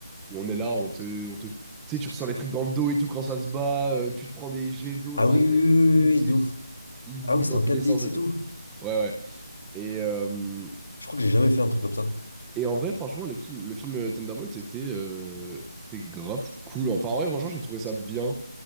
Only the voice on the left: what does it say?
Ah
oui,
oui, oui,
oui,
oui, de ouf.
Ah oui, c'était
en
4
X
et
tout.
Je crois que j'ai jamais fait un truc comme ça.